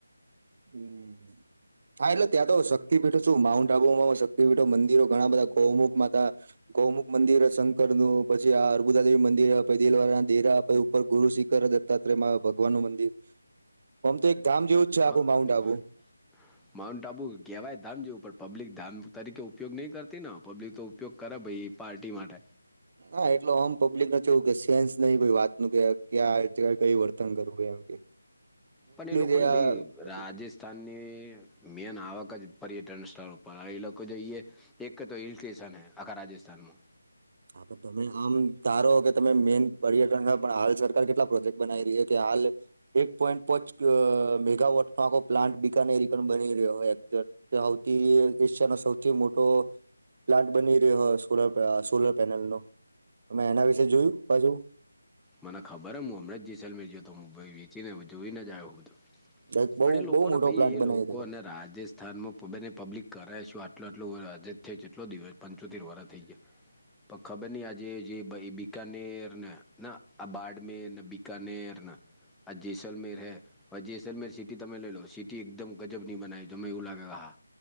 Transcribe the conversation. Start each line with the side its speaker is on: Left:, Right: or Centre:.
Right: હમ હા એટલે ત્યાં તો શક્તિપીઠો શું માઉન્ટ આબુમાં શક્તિપીઠો મંદિરો ઘણા બધા ગૌમુખમાં હતા ગૌમુખ મંદિર શંકર નું પછી આ અર્બુદાદેવી મંદિર પ દલવા દેરા ગુરુ શિખર દત્તાત્રેય ભગવાન નું મંદિર આમ તો એક ધામ જેવું જ છે આખું
Centre: એ
Right: માઉન્ટ <inaudible>
Centre: માઉન્ટ આબુ કહેવાય ધામ જેવું પબ્લિક ધામ તરીકે ઉપયોગ નહી કરતી પબ્લિક તો ઉપયોગ ખરા ભાઈ પાર્ટી માટે
Right: ના એટલે આમ પબ્લિકને જોવું કે સેન્સ નહી કોઈ વાત ન કે ક્યા જગ કઈ વર્તન કરવુંય એમ કે <inaudible>
Centre: પણ એ લોકોને
Right: તે આ
Centre: ભાઈ
Right: બધું
Centre: રાજ વિસ્થાનની મેન આવક જ પર્યટન સ્થળ ઉપર એ લોકો જઈએ એક કે તો હિલ સ્ટેશન હૈ આખા રાજસ્થાનમાં
Right: <unintelligible> આમ ધારો કે તમે મેન પર્યટન પણ હાલ સરકાર કેટલા પ્રોજેક્ટ બનાવી રહી કે હાલ એક પોઈન્ટ પોચ મેગાવોટ નો આખો પ્લાન્ટ બીિક ર બની રહ્યોયે તે હવથી એશિયાનો સૌથી મોટો પ્લાન્ટ બની રહ્યો હો સોલર સોલર પેનલ નો મેમે એના વિશે જોયું બાજુ
Centre: મને ખબર હું અમૃત જેસલમે જો હતો. તો હુંાઈ વેચીને જોઈને જાય બધું
Right: બઉ બહુ
Centre: પણ એ લોકોને
Right: બહુ મોટો
Centre: ભાઈ
Right: પ્લાન્ટ
Centre: એ
Right: બનાવી
Centre: લોકો
Right: રહ્યો
Centre: અને રાજ સ્થાનમાંને પબ્લિક કરાવ છેું આટલો આટલું જ થટ પંચોતેર વર થઈ ગયા પણ ખબર નહી આજે જે બકાનેરને ના આ બાાડમેર બીિકનેર આ જૈસલમેર હૈ પછીજેસલ મેહેલ સિટી તમે લઈ લો સિટી એકદમ ગજબની બનાવી એવું લાગે હા